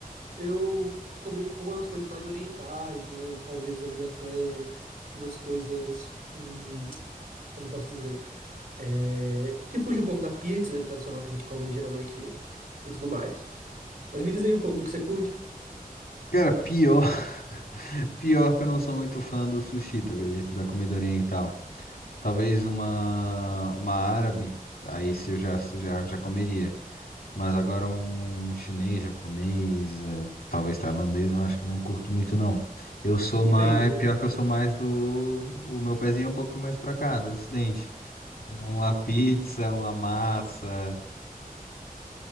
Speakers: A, on the right (about 75°); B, on the left (about 80°).
A: eu come- como umas coisas mais orientais, né? Talvez ali até umas coisas. hum, como eu posso dizer? É, que fuja um pouco da pizza, né? Tradicional que a gente come geralmente e tudo mais. Mas me diz aí um pouco do que você curte.
B: Cara, pior. <laughs> Pior que eu não sou muito fã do sushi, tu acredita? Da comida oriental. Talvez uma uma árabe, aí se eu já já já comeria. Mas agora um, um chinês, japonês, eh, talvez tailandês, eu acho que eu não curto muito não. Eu sou
A: Entende?
B: mais, pior que eu sou mais do, o meu pezinho é um pouquinho mais pra cá, do ocidente. Uma pizza, uma massa,